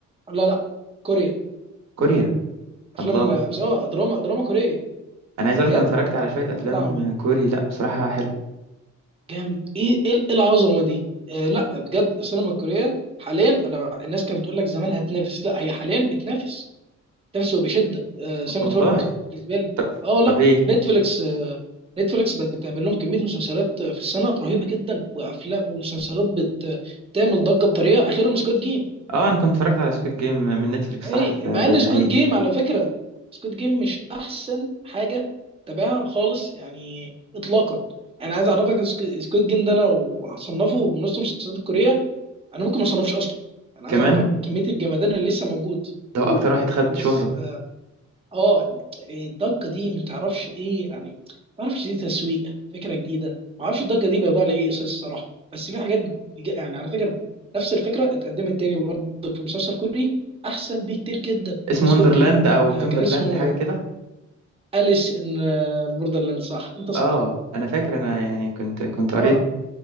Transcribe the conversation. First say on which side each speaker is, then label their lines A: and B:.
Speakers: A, on the right; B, on the right.
A: لا لا كوريا
B: كوريا
A: افلام
B: الله
A: اه دراما دراما كوريه
B: انا عايز اقول
A: بجد
B: لك انا اتفرجت على شويه
A: بيطلع
B: افلام
A: من
B: كوري لا بصراحه حلو
A: جامد ايه ايه إيه العظمه دي آه لا بجد السينما الكوريه حاليا انا بقى- الناس كانت بتقول لك زمان هتنافس لا هي حاليا بتنافس بتنافس وبشده آه سينما
B: والله
A: هوليوود بالنسبه لي
B: طب
A: اه لا
B: طب ايه
A: نتفليكس آه نتفليكس بقت بتعمل لهم كميه مسلسلات في السنه رهيبه جدا وافلام ومسلسلات بت- بتعمل ضجه بطريقه اخرهم سكوت جيم
B: اه انا كنت اتفرجت على سكويد جيم من نتفليكس
A: اي
B: صح ده
A: مع
B: ده,
A: ان
B: ده
A: سكوت
B: حقيقي
A: جيم على فكره سكوت جيم مش احسن حاجه تابعها خالص يعني اطلاقا انا عايز اعرفك سكوت جيم ده لو هصنفه من نص المسلسلات الكوريه انا ممكن ما اصنفش اصلا انا عايز
B: كمان
A: اعرفك كميه الجمدان اللي لسه موجود
B: ده هو
A: جوه
B: اكتر واحد خد
A: الناس
B: شهرة
A: اه الضجه دي ما تعرفش ايه يعني ما تعرفش دي تسويق فكره جديده ما اعرفش الضجه دي بيوضع على ايه اساس الصراحه بس في حاجات بتج- يعني على فكره نفس الفكره اتقدمت تاني برضه في مسلسل كوري احسن بكتير جدا
B: اسمه
A: من سكوت
B: وندرلاند
A: جيم
B: او
A: آه
B: تومبرلاند
A: كان اسمه
B: حاجة كده
A: أليس ان بوردرلاند صح انت صح
B: اه انا فاكر انا يعني كنت كنت قريت
A: اه